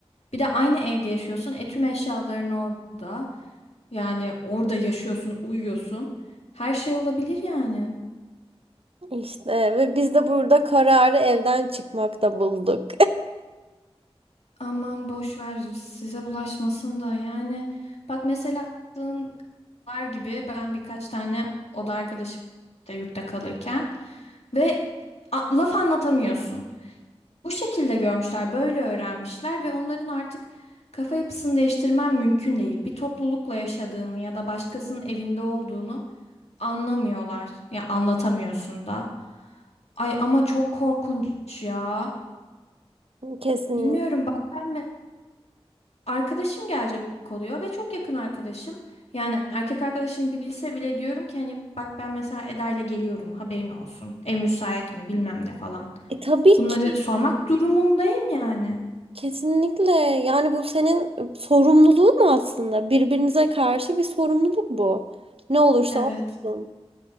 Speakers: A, on the left; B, on the right.
A: Bir de aynı evde yaşıyorsun. E tüm eşyaların orada. Yani orada yaşıyorsun, uyuyorsun. Her şey olabilir yani.
B: İşte ve biz de burada kararı evden çıkmakta bulduk.
A: Aman boş ver size bulaşmasın da yani bak mesela aklın var gibi ben birkaç tane oda arkadaşım da yurtta kalırken ve a- laf anlatamıyorsun. Bu şekilde görmüşler, böyle öğrenmişler ve onların artık kafa yapısını değiştirmen mümkün değil. Bir toplulukla yaşadığını ya da başkasının evinde olduğunu anlamıyorlar. Ya anlatamıyorsun da. Ay ama çok korkunç ya.
B: <laughs> Kesin.
A: Bilmiyorum bak ben arkadaşım gelecek oluyor ve çok yakın arkadaşım. Yani erkek arkadaşım bilse bile diyorum ki hani bak ben mesela Eda ile geliyorum haberin olsun. Ev müsait mi bilmem ne falan.
B: E, tabii
A: Bunları
B: ki.
A: sormak durumundayım yani.
B: Kesinlikle. Yani bu senin sorumluluğun aslında. Birbirinize karşı bir sorumluluk bu. Ne olursa
A: Evet.
B: olsun.